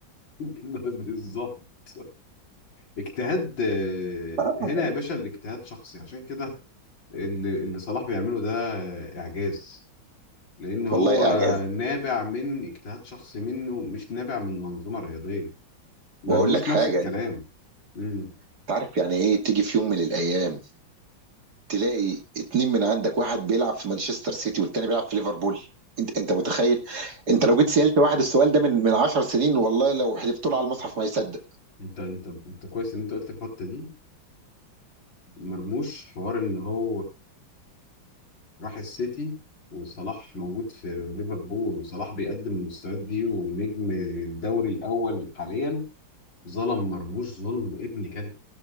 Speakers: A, on the left; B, on the right.
A: <laughs> بالظبط اجتهاد آه،
B: آه.
A: هنا يا باشا الاجتهاد شخصي عشان كده اللي اللي صلاح بيعمله ده آه، اعجاز لأن هو
B: والله اعجاز
A: نابع من اجتهاد شخصي منه مش نابع من منظومة رياضية مرموش
B: واقول لك حاجه
A: نفس الكلام امم
B: انت عارف يعني ايه تيجي في يوم من الايام تلاقي اتنين من عندك واحد بيلعب في مانشستر سيتي والتاني بيلعب في ليفربول انت انت متخيل انت لو جيت سألت واحد السؤال ده من من 10 سنين والله لو حذفت له على المصحف ما يصدق
A: انت انت انت كويس ان انت قلت الحتة دي مرموش حوار ان هو راح السيتي وصلاح موجود في ليفربول وصلاح بيقدم المستويات دي ونجم الدوري الأول حاليا ظلم مرموش ظلم ابن كلب